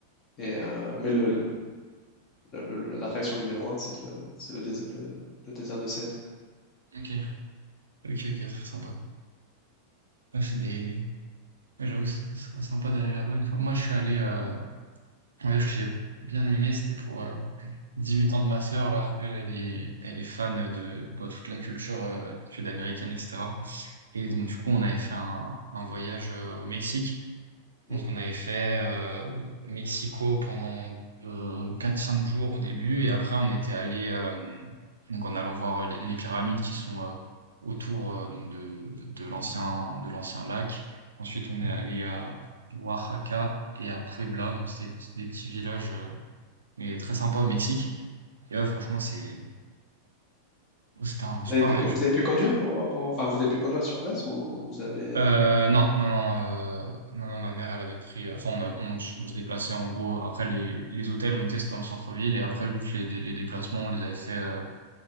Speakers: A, on the left; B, on the right.
A: Et, euh, mais le, le le- le- le- la réaction numéro un, c'est le, c'est le, dés- le- le désert de sel.
B: OK. OK, OK, très sympa. Ouais, c'est des... ouais, j'avoue, c'est c'est sympa d'aller là-bas une fois. Moi, je suis allé... Euh... Un voyage que j'ai bien aimé, c'était pour... euh, 18 ans de ma sœur, là, elle, elle est, elle est fan de bon, toute la culture euh, sud-américaine, etc. Et donc, du coup, on avait fait un, un voyage euh, au Mexique.
A: Mm.
B: Donc on avait fait euh, Mexico pendant euh, 4-5 jours au début et après on était allé euh, donc en allant voir euh, les, les pyramides qui sont euh, autour euh, donc de, de l'ancien de l'ancien lac. Ensuite on est allé à Oaxaca et à Puebla, donc c'était des petits des petits villages euh, mais très sympas au Mexique. Et ouais, franchement c'est c'était un super
A: Vous avez pu,
B: voyage.
A: con- vous avez pu conduire pour, pour- enfin, vous avez pu conduire sur place ou vous avez...
B: Euh, non, non, non, euh, non, non, ma mère, elle avait pris, euh, enfin, on, a- on, s- on se déplaçait en gros, après les, les hôtels, on était dans le centre-ville, et après, juste les, les déplacements, on les avait fait euh,